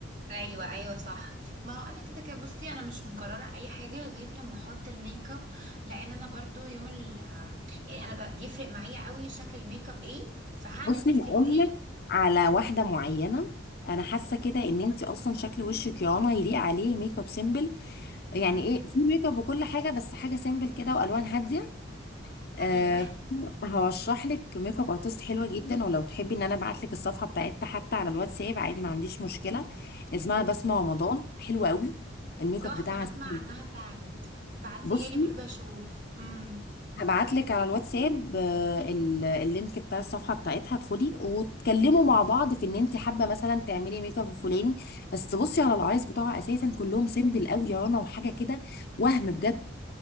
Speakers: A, on the right; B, on the left.
A: ايوه ايوه صح ما هو انا كده كده بصي انا مش مقرره اي حاجه غير لما احط الميك اب لان انا برضو يوم ال آم، يعني انا ب- بيفرق معايا قوي شكل الميك اب ايه فهعمل
B: بصي
A: تسريحه
B: هقول
A: ايه
B: لك على واحده معينه انا حاسه كده ان انت اصلا شكل وشك يا رنا يليق عليه ميك اب سيمبل يعني
A: مم.
B: ايه في ميك اب وكل حاجه بس حاجه سيمبل كده والوان هاديه أه
A: حقيقة
B: هرشح لك ميك اب ارتست حلوه جدا ولو تحبي ان انا ابعت لك الصفحه بتاعتها حتى على الواتساب عادي ما عنديش مشكله اسمها بسمه رمضان حلوه قوي الميك
A: تحفة
B: اب بتاعها
A: أنا أسمع
B: سيمبل.
A: عنها فعلا بعتيها
B: بصي
A: لي برضه أشوف امم
B: هبعت لك على الواتساب آه، ال- اللينك بتاع الصفحه بتاعتها ادخلي وتكلموا مع بعض في ان انت حابه مثلا تعملي ميك اب الفلاني بس بصي على العرايس بتوعها اساسا كلهم سيمبل قوي يا رنا وحاجه كده وهم بجد